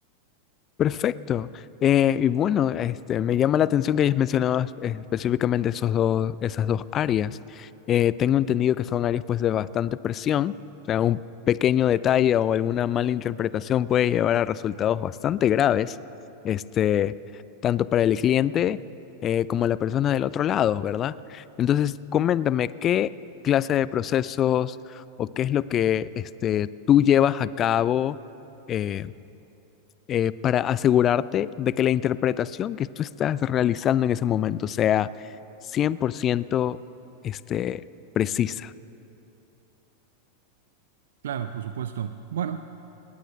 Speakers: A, on the left; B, on the right.
A: Perfecto. Eh, y bueno, este, me llama la atención que hayas mencionado es- específicamente esos dos, esas dos áreas. Eh, tengo entendido que son áreas pues de bastante presión, o sea, un pequeño detalle o alguna mala interpretación puede llevar a resultados bastante graves, este, tanto para el cliente eh, como la persona del otro lado, ¿verdad? Entonces, coméntame qué clase de procesos o qué es lo que este, tú llevas a cabo. eh, eh, para asegurarte de que la interpretación que tú estás realizando en ese momento sea 100%, este, precisa.
B: Claro, por supuesto. Bueno,